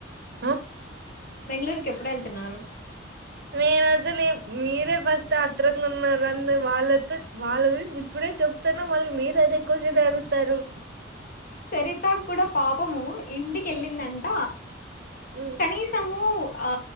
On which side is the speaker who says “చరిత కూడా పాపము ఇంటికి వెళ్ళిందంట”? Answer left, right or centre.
Left